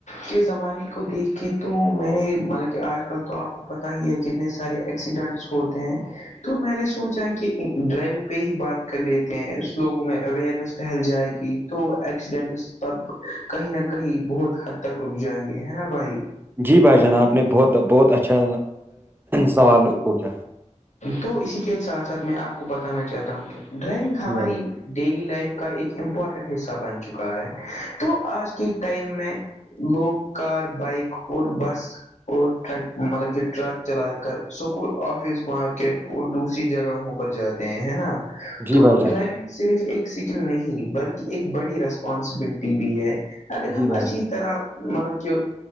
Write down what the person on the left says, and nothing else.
کے زمانے کو دیکھ کے تو میں نے مطلب کہ آج کل تو آپ پتا ہی ہے کتنے سارے ایکسیڈنٹس ہوتے ہیں تو میں نے سوچا کہ ڈرائیونگ پہ ہی بات کر لیتے ہیں لوگوں میں اوئرنیس پھیل جائے گی تو ایکسیڈینٹ تب کہیں نہ کہیں بہت حد تک رک جائیں گے ہے نا بھائی
تو اسی کے ساتھ ساتھ میں آپ کو بتانا چاہتا ہوں کہ ڈرائیونگ ہماری
ڈیلی لائف کا ایک امپورٹنٹ حصہ بن چکا ہے تو آج کے ٹائم میں لوگ کار بائک اور بس اور ٹر مطلب کہ ٹرک چلا کر سکول آف آفس مارکیٹ اور دوسری جگہوں پر جاتے ہیں ہے نا
تو
ڈرائی صرف ایک سکل نہیں بلکہ ایک بڑی رسپانسبلٹی بھی ہے اگر
ہم
اچھی
طرح مطلب کہ